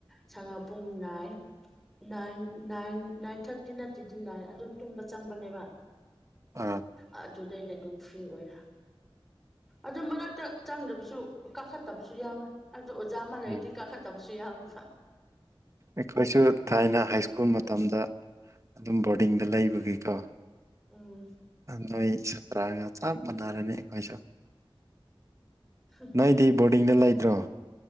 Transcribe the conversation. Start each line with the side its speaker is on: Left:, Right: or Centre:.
Centre: ꯁꯉ ꯄꯨꯡ ꯅꯥꯏ ꯅꯥꯏꯟ ꯅꯥꯏꯟ ꯅꯥꯏꯟ ꯊꯥꯔꯇꯤ ꯅꯠꯇꯦꯗꯤ ꯅꯥꯏꯟ ꯑꯗꯨꯝ ꯇꯨꯝꯕ ꯆꯪꯕꯅꯦꯕ
Right: ꯎ
Centre: ꯑꯗꯨꯗꯩꯗꯤ ꯑꯗꯨꯝ ꯐ꯭ꯔꯤ ꯑꯣꯏꯔꯦ ꯑꯗꯨ ꯃꯔꯛꯇ ꯆꯪꯗꯕꯁꯨ ꯀꯥꯈꯠꯇꯕꯁꯨ ꯌꯥꯎꯋꯦ ꯑꯗꯨꯗ ꯑꯣꯖꯥ ꯑꯃ ꯂꯩꯔꯗꯤ
Right: ꯎꯝ
Centre: ꯀꯥꯈꯠꯇꯕꯁꯨ ꯌꯥꯎꯋꯦꯕ
Right: ꯑꯩꯈꯣꯏꯁꯨ ꯊꯥꯏꯅ ꯍꯥꯏ ꯁ꯭ꯀꯨꯜ ꯃꯇꯝꯗ ꯑꯗꯨꯝ ꯕꯣꯔꯗꯤꯡꯗ ꯂꯩꯕꯒꯤꯀꯣ
Centre: ꯎꯝ
Right: ꯅꯣꯏ ꯁꯇꯒꯁ ꯃꯔꯅꯤ ꯑꯩꯣꯏꯁ
Centre: ꯍꯝ
Right: ꯅꯪꯗꯤ ꯕꯣꯔꯗꯤꯡꯗ ꯂꯩꯗ꯭ꯔꯣ